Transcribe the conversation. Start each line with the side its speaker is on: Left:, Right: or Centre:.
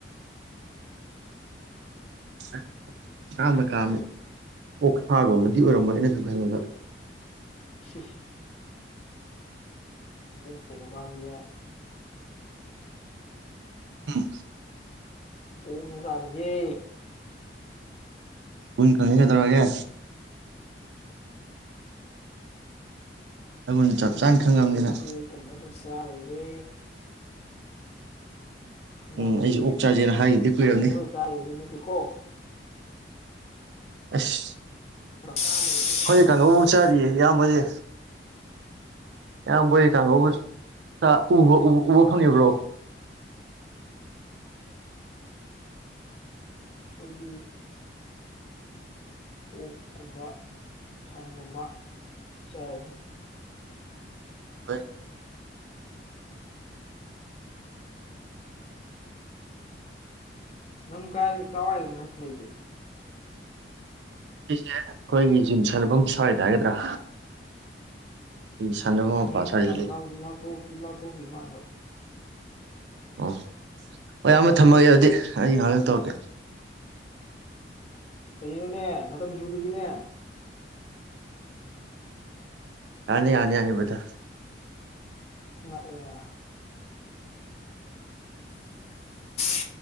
Right: <unintelligible> ꯀꯥꯝꯃꯤ ꯑꯣꯛꯁꯥꯒꯨꯝꯕꯗꯤ ꯑꯣꯏꯔꯝꯃꯣꯏ ꯑꯩꯅ ꯁꯨꯝ ꯈꯪꯕꯗ꯫
Left: ꯁꯤꯁ <unintelligible>
Right: ꯎꯝ꯫
Left: ꯑꯣꯛꯅꯦ ꯀꯝꯃꯤꯖꯦ꯫
Right: ꯒꯨꯟ ꯈꯪꯉꯤ ꯀꯩꯗꯧꯔꯒꯦ꯫ ꯨꯅꯉꯨꯟ ꯆꯞ ꯆꯥꯅ ꯈꯪꯉꯕꯅꯤꯅ
Left: ꯑꯈꯣꯏꯗꯤ ꯑꯣꯛ ꯀꯨꯝꯕꯗ ꯆꯥ ꯂꯩꯔꯦ꯫ ꯅꯣꯏꯒꯤ
Right: ꯎꯝ ꯑꯩꯁꯨ ꯑꯣꯛ ꯆꯥꯖꯦꯅ ꯍꯥꯏꯈꯤꯕꯗꯤ ꯀꯨꯏꯔꯕꯅꯤ
Left: ꯀꯥꯡꯉꯧ ꯈꯥꯔ ꯆꯥꯔ ꯂꯩꯕꯗꯨ ꯅꯠꯇꯦꯀꯣ꯫
Right: ꯑꯁ꯫
Left: ꯑꯩꯈꯣꯏꯗꯤ
Right: ꯑꯈꯣꯏꯗꯤ ꯀꯥꯡꯍꯧꯕꯨ ꯆꯥꯔꯤꯌꯦ ꯏꯌꯥꯝꯕ ꯍꯣꯏꯗꯤ ꯏꯌꯥꯝꯕꯣꯏ ꯍꯣꯏ ꯀꯥꯡꯍꯧ <unintelligible> ꯎꯕꯨ-ꯎꯞ- ꯎꯕ ꯐꯪꯉꯤꯕ꯭ꯔꯣ
Left: ꯑꯩꯈꯣꯏꯒꯤ ꯑꯣꯛꯀꯨꯝꯕ ꯁꯟꯒꯨꯝꯕ ꯆꯥꯏꯖꯦ
Right: <unintelligible>
Left: ꯅꯪ ꯀꯥꯏ ꯀꯥꯋꯥꯏꯗ ꯅꯪ ꯂꯩꯖꯦ
Right: ꯁꯤꯖꯦ ꯑꯩꯈꯣꯏꯒꯤ ꯖꯤꯝ ꯁꯥꯟꯅꯕꯝ ꯁ꯭ꯋꯥꯏꯗ ꯍꯥꯏꯒꯗ꯭ꯔꯥ ꯑꯩ ꯁꯥꯟꯅꯕ ꯃꯄꯥ
Left: ꯅꯦꯠꯇꯨ
Right: ꯁ꯭ꯋꯥꯏꯗ
Left: ꯌꯥꯝ
Right: ꯂꯩ
Left: ꯂꯥꯞ-ꯂꯥꯞ ꯂꯥꯞꯊꯣꯛꯈꯤ ꯃꯥꯟꯕ
Right: ꯑꯣ ꯍꯣꯏ ꯑꯃꯃ ꯊꯝꯃꯒꯦ ꯑꯗꯨꯗꯤ ꯑꯩ ꯉꯍꯥꯛ ꯂꯩꯔꯥ ꯇꯧꯔꯛꯀꯦ
Left: ꯀꯔꯤꯅꯣꯅꯦ ꯃꯇꯝ ꯁꯨꯗꯨꯔꯤꯅꯦ
Right: ꯌꯥꯅꯤ-ꯌꯥꯅꯤ-ꯌꯥꯅꯤ ꯕꯗ꯭ꯔ
Left: ꯑ <unintelligible>